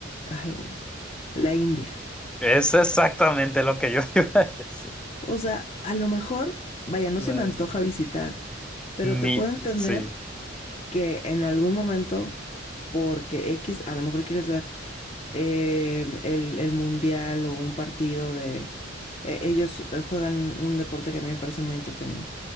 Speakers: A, on the left; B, in the centre.
A: ay, no, la India.
B: Es exactamente lo que yo <laughs> iba a decir.
A: O sea, a lo mejor, vaya, no
B: La-
A: se me antoja visitar, pero te
B: Ni,
A: puedo entender
B: sí,
A: que en algún momento, porque X, a lo mejor quieres ver em, el, el mundial o un partido de... e- ellos eh, juegan un deporte que a mí me parece muy entretenido.